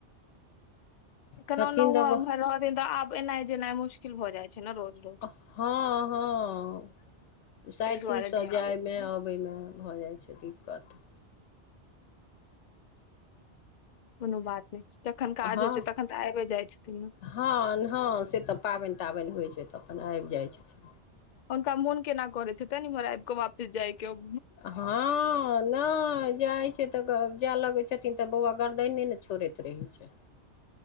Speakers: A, on the left; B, on the left.
A: कोनो
B: छथिन
A: नहु
B: तऽ
A: उमहर रहथिन तऽ आब एनाय जेनाइ मुश्किल भऽ जाय छै ने रोज रोज
B: हँ हँ साइकिलसे
A: ताहि दुआरे नहि
B: जायमे
A: आबै छथिन
B: अबयमे भऽ जाइत छै दिक्कत
A: कोनो बात नहि छै जखन काज
B: हँ
A: होइ छै तखन तऽ आबिए जाइ छथिन ना
B: हँ हँ से तऽ पाबनि ताबनि होइ छै तऽ अपन आबि जाइ छथिन
A: हुनका मोन केना करैत हेतैन इम्हार आबि कऽ वापिस जायके ओ
B: हँ नइ जाइ छै तऽ ग जाय लगै छथिन तऽ बौआ गरदइने ने छोड़ैत रहै छैन।